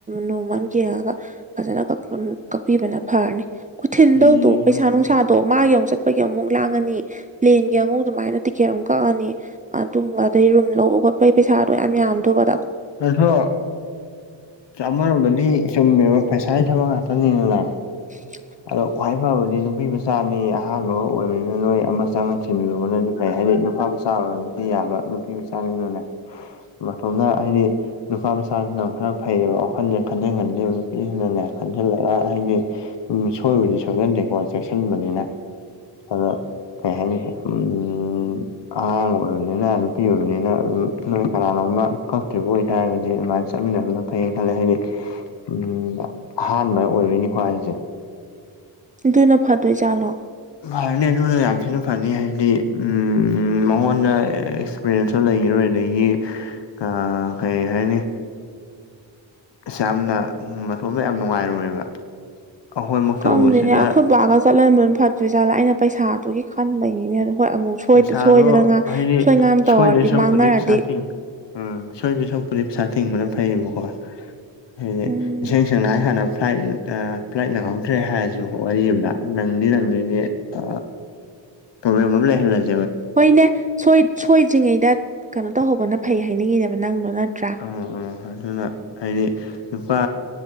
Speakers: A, on the right (about 20°); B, on the left (about 60°).
A: ꯅꯣꯡꯃ ꯑꯃ ꯌꯦꯡꯉꯒ ꯐꯖꯅ ꯀꯛꯄꯤꯕꯅ ꯐꯥꯔꯅꯤ ꯊꯤꯟꯗꯣꯏꯗꯣ
B: ꯌꯦꯡꯉꯣ
A: ꯄꯩꯁꯥ ꯅꯨꯡꯁꯥ ꯁꯥꯗꯣ ꯃꯥꯒꯤ ꯑꯃꯨꯛ ꯆꯠꯄꯒꯤ ꯑꯃꯨꯛ ꯂꯥꯡꯉꯅꯤ ꯄ꯭ꯂꯦꯟꯒꯤ ꯑꯃꯨꯛ ꯑꯗꯨꯃꯥꯏꯅ ꯇꯤꯛꯀꯦꯠ ꯑꯃꯨꯛ ꯀꯛꯑꯅꯤ ꯑꯗꯨꯝꯕ ꯑꯗꯩ ꯔꯨꯝ ꯂꯧꯕ ꯈꯣꯠꯄꯒꯤ ꯄꯩꯁꯥꯗꯣ ꯌꯥꯝ ꯌꯥꯝꯗꯧꯕ
B: ꯑꯗꯣ ꯑꯁ ꯑꯃꯂꯣꯝꯗꯤ ꯆꯨꯝꯃꯦꯕ ꯄꯩꯁꯥꯒꯤ ꯊꯕꯛ ꯉꯥꯛꯇꯅꯤꯅ
A: <unintelligible>
B: ꯑꯗꯣ ꯈ꯭ꯋꯥꯏ ꯐꯕꯗꯤ ꯅꯨꯄꯤ ꯃꯆꯥ ꯃꯤ ꯑꯍꯥꯟꯕꯒ ꯑꯣꯏꯕꯅꯤꯅ ꯅꯣꯏ ꯑꯃ ꯆꯪꯉꯟ ꯊꯜꯂꯨꯕꯅꯗꯤ ꯐꯩ ꯍꯥꯏꯗꯤ ꯅꯨꯄꯥ ꯃꯆꯥ ꯑꯣꯏꯔꯕꯨꯗꯤ ꯌꯥꯕ ꯅꯨꯄꯤ ꯃꯆꯥꯅꯤꯅꯅꯦ ꯃꯇꯣꯝꯇ ꯍꯥꯏꯗꯤ ꯅꯨꯄꯥ ꯃꯆꯥꯁꯤꯅ ꯈꯔ ꯐꯩꯌꯦꯕ ꯋꯥꯈꯜꯁꯦ ꯈꯟꯖꯟ ꯈꯟꯗꯦꯕ ꯅꯨꯄꯤꯖꯤꯅꯅꯦ ꯈꯟꯖꯤꯜꯂꯒ ꯍꯥꯏꯗꯤ ꯁꯣꯏꯕꯗꯤ ꯁꯣꯏꯒꯟꯗꯦꯀꯣ ꯆꯦꯛꯁꯤꯟꯕꯅꯤꯅ ꯑꯗꯣ ꯀꯩ ꯍꯥꯏꯅꯤ ꯎꯝ ꯑꯉꯥꯡ ꯑꯣꯏꯕꯅꯤꯅ ꯅꯨꯄꯤ ꯑꯣꯏꯕꯅꯤꯅ ꯑꯗꯨꯝ ꯅꯣꯏ ꯀꯅꯅꯣꯝꯃ ꯀꯛꯇ꯭ꯔꯤꯕ ꯑꯣꯏꯇꯥꯔꯒꯗꯤ ꯑꯗꯨꯃꯥꯏ ꯆꯠꯃꯤꯟꯅꯕꯅ ꯐꯩꯌꯦꯅ ꯈꯜꯂꯦ ꯍꯥꯏꯗꯤ ꯎꯝ ꯑꯍꯥꯟꯕ ꯑꯣꯏꯕꯅꯤꯀꯣ ꯍꯥꯏꯁꯦ
A: ꯑꯗꯨꯅ ꯐꯗꯣꯏ ꯆꯥꯠꯂꯣ
B: ꯐꯔꯅꯤ ꯑꯗꯨꯅ ꯌꯥꯝ ꯊꯤꯅ ꯐꯅꯤ ꯍꯥꯏꯗꯤ ꯎꯝ ꯃꯉꯣꯟꯗ ꯑꯦꯛꯁꯄꯤꯔꯤꯌꯦꯟꯁꯁꯨ ꯂꯩꯈꯔꯣꯏ ꯑꯗꯒꯤ ꯑ ꯀꯩ ꯍꯥꯏꯅꯤ ꯀꯩꯁꯨ ꯌꯥꯝꯅ ꯃꯊꯣꯟꯗ ꯌꯥꯝ ꯅꯨꯡꯉꯥꯏꯔꯣꯏꯕ ꯑꯩꯈꯣꯏꯃꯛꯇꯕꯨ
A: ꯈꯪꯗꯦꯅꯦ
B: ꯁꯤꯗ
A: ꯑꯩꯈꯣꯏ ꯕꯥꯒ ꯆꯠꯍꯟꯕꯅ ꯐꯗꯣꯏꯖꯥꯠꯂꯥ ꯑꯩꯅ ꯄꯩꯁꯥꯗꯨꯒꯤ ꯈꯟꯕꯩꯅꯤꯅꯦ ꯍꯣꯏ ꯑꯃꯨꯛ
B: ꯄꯩꯁꯥꯗꯣ
A: ꯁꯣꯏꯗꯅ
B: ꯍꯥꯏꯗꯤ
A: ꯁꯣꯏ ꯉꯥꯝ ꯇꯧꯔꯗꯤ
B: ꯁꯣꯏꯗꯣꯏ ꯁꯔꯨꯛꯄꯨꯗꯤ
A: ꯃꯥꯡꯅꯔꯗꯤ
B: ꯄꯩꯁꯥ ꯆꯤꯡꯉ ꯎꯝ ꯁꯣꯏꯗꯣꯏ ꯁꯔꯨꯛꯄꯨꯗꯤ ꯄꯩꯁꯥ ꯊꯤꯡꯕꯅ ꯐꯩꯌꯦꯕꯀꯣ ꯍꯥꯏꯗꯤ
A: ꯎꯝ
B: ꯏꯁ ꯁꯦꯡꯅ ꯍꯥꯏ ꯀꯥꯟꯗ ꯐ꯭ꯂꯥꯏꯠ ꯐ꯭ꯂꯥꯏꯠ ꯅꯪꯍꯧꯗꯔꯦ ꯍꯥꯏꯔꯖꯤꯀꫭ ꯋꯥꯔꯤ ꯑꯝꯗ ꯅꯪꯗꯤ ꯅꯪꯗꫭꯏꯅꯦ ꯑ ꯄ꯭ꯔꯣꯕ꯭ꯂꯦꯝ ꯑꯃ ꯂꯩꯍꯜꯂꯖꯦ
A: ꯍꯣꯏꯅꯦ ꯁꯣꯏ ꯁꫭꯏꯗ꯭ꯔꯤꯉꯩꯗ ꯀꯩꯅꯣ ꯇꯧꯍꯧꯕꯅ ꯐꯩ ꯍꯥꯏꯅꯤꯡꯉꯤꯅꯦꯕ ꯅꯪꯗꯣ ꯅꯠꯇ꯭ꯔꯥ
B: ꯑꯣ ꯑꯣ ꯑꯗꯨꯅ ꯍꯥꯏꯗꯤ ꯅꯨꯄꯥ